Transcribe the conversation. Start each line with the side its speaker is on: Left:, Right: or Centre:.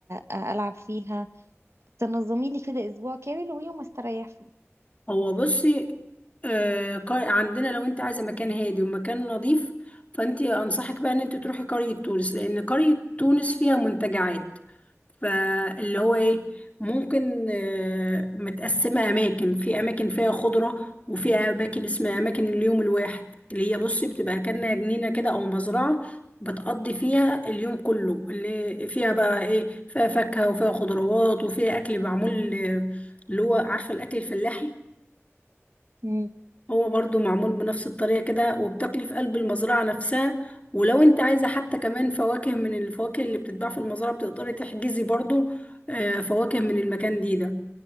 Right: آه، العب فيها تنظمي لي كده اسبوع كامل ويوم استريح فيه
Left: هو بصي آه قا- عندنا لو انت عايزه مكان هادي ومكان نظيف فانت انصحك بقى ان انت تروحي قريه تونس لان قريه تونس فيها منتجعات فاللي هو ايه ممكن آه متقسمه اماكن في اماكن فيها خضره وفي اماكن اسمها اماكن اليوم الواحد اللي هي بصي بتبقى كأنها جنينه كده او مزرعه بتقضي فيها اليوم كله اللي فيها بقى ايه فيها فاكهه وفيها خضروات وفيها اكل معمول آه، اللي هو عارفه الاكل الفلاحي
Right: امم
Left: هو برضو معمول بنفس الطريقة كده وبتاكلي في قلب المزرعة نفسها ولو انت عايزة حتى كمان فواكه من الفواكه اللي بتتباع في المزرعة بتقدري تحجزي برضو آه، فواكه من المكان دي ده